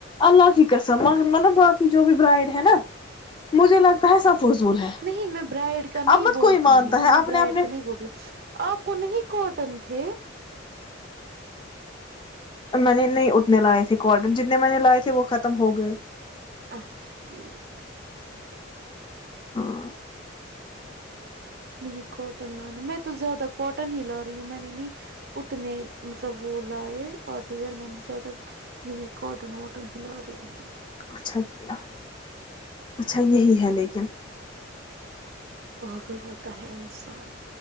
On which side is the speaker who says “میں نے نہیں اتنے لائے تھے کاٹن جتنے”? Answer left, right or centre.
Left